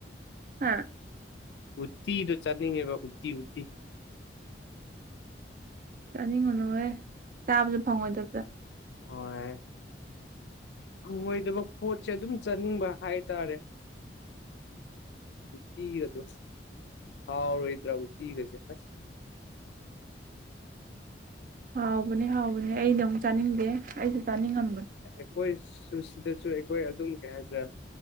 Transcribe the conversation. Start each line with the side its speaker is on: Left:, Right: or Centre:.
Right: ꯍꯥ
Left: ꯎꯠꯇꯤꯗꯣ ꯆꯠꯅꯤꯡꯉꯦꯕ ꯎꯠꯇꯤ ꯎꯠꯇꯤ
Right: ꯆꯥꯅꯤꯡꯉꯨꯅꯨꯍꯦ ꯆꯥꯕꯁꯨ ꯐꯪꯉꯣꯏꯗꯕꯗ
Left: ꯍꯣꯢ ꯐꯪꯉꯣꯏꯗꯕ ꯄꯣꯠꯁꯦ ꯑꯗꯨꯝ ꯆꯥꯅꯤꯡꯕ ꯍꯥꯏꯇꯥꯔꯦ ꯎꯠꯇꯤꯒꯗꯣ ꯍꯥꯎꯔꯣꯏꯗ꯭ꯔꯥ ꯎꯠꯇꯤꯒꯁꯦ ꯑꯁ
Right: ꯍꯥꯎꯕꯅꯦ ꯍꯥꯎꯕꯅꯦ ꯑꯩꯅ ꯑꯃꯨꯛ ꯆꯥꯅꯤꯡꯗꯦ ꯑꯩꯁꯨ ꯆꯥꯅꯤꯡꯉꯝꯕꯅꯦ
Left: ꯑꯩꯈꯣꯏ ꯁꯨ ꯁꯤꯗꯁꯨꯨ ꯑꯩꯈꯣꯏ ꯑꯗꯨꯝ ꯀꯩ ꯍꯥꯏꯁꯤꯔꯥ